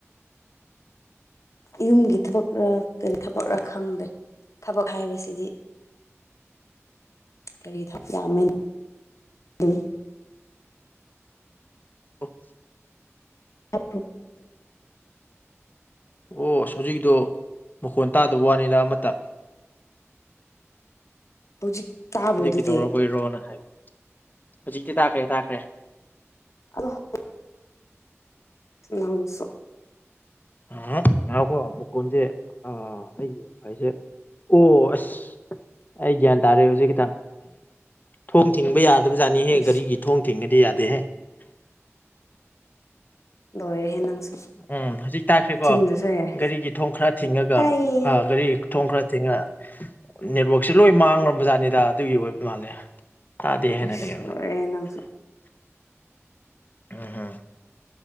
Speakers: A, on the left (about 80°); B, on the left (about 35°).
A: ꯌꯨꯝꯒꯤ ꯊꯕꯛꯔ ꯀꯔꯤ ꯊꯕꯛꯔ ꯈꯪꯗꯦ ꯊꯕꯛ ꯍꯥꯏꯕꯁꯤꯗꯤ
B: <inaudible>
A: ꯀꯔꯤ ꯊꯕ ꯌꯥꯝꯃꯦꯅ ꯗꯨꯝ
B: ꯑꯣ
A: <unintelligible>
B: ꯑꯣ ꯑꯁ ꯍꯧꯖꯤꯛꯀꯤꯗꯣ ꯃꯈꯣꯟ ꯇꯥꯗꯕ ꯋꯥꯅꯤꯗ ꯑꯃꯠꯇ
A: ꯍꯧꯖꯤꯛ ꯇꯥꯕ꯭ꯔꯣ
B: ꯑꯩꯗꯤ
A: ꯑꯗꯨꯗꯤ
B: ꯀꯩꯗꯧꯔꯕꯣꯢꯔꯣꯅ ꯍꯥꯏ ꯍꯧꯖꯤꯛꯇꯤ ꯇꯥꯛꯈ꯭ꯔꯦ ꯇꯥꯈ꯭ꯔꯦ
A: <unintelligible> ꯅꯪꯁꯨ
B: ꯑ ꯉꯥꯢꯑꯣꯀꯣ ꯃꯈꯣꯟꯖꯦ ꯑꯥ ꯑꯩꯒꯤꯐꯥꯏꯁꯦ ꯑꯣ ꯑꯁ ꯑꯩ ꯒ꯭ꯌꯥꯟ ꯇꯥꯔꯦ ꯍꯧꯖꯤꯛꯈꯤꯇ ꯊꯣꯡ ꯊꯤꯡꯕ ꯌꯥꯗꯕꯖꯥꯠꯅꯤꯍꯦ
A: ꯏꯁ
B: ꯒꯥꯔꯤꯒꯤ ꯊꯣꯡ ꯊꯤꯡꯉꯗꯤ ꯌꯥꯗꯦꯍꯦ
A: ꯂꯣꯏꯔꯦ ꯍꯦ ꯅꯪꯁꯨ
B: ꯎꯝ ꯍꯧꯖꯤꯛ ꯇꯥꯈ꯭ꯔꯦꯀꯣ
A: ꯊꯤꯡꯗꯁꯨ ꯍꯩꯔꯦ
B: ꯒꯥꯔꯤꯒꯤ ꯊꯣꯡ ꯈꯔ ꯊꯤꯡꯉꯒ
A: ꯇꯥꯏꯌꯦ
B: ꯑ ꯒꯥꯔꯤ ꯊꯣꯡ ꯈꯔ ꯊꯤꯡꯉ ꯅꯦꯠꯋ꯭ꯔꯛꯁꯦ ꯂꯣꯏ ꯃꯥꯡꯉꯕ ꯖꯥꯠꯅꯤꯗ ꯑꯗꯨꯒꯤ ꯑꯣꯏꯕ ꯃꯥꯜꯂꯦ ꯇꯥꯗꯦ ꯍꯥꯏꯅ
A: ꯑꯁ
B: ꯂꯩꯔꯕ
A: ꯂꯣꯢꯔꯦꯍꯦ ꯅꯪꯁꯨ
B: ꯎꯝꯍ